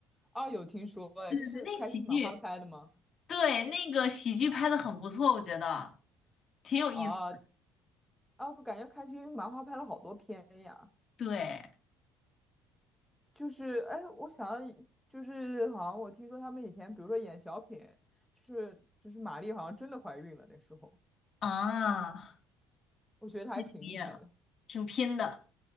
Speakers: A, in the centre; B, on the left.
A: 啊，有听说哎，
B: 对对对，
A: 这是开心麻花拍的吗？
B: 那喜剧，对，那个喜剧拍的很不错，我觉得挺有意思。
A: 啊，啊，我感觉开心麻花拍了好多片呀。
B: 对
A: 就是哎，我想要就是好像我听说他们以前，比如说演小品，就是就是马丽好像真的怀孕了那时候，
B: 啊，
A: 我觉得她还挺厉害的。
B: 毕业了，挺拼的。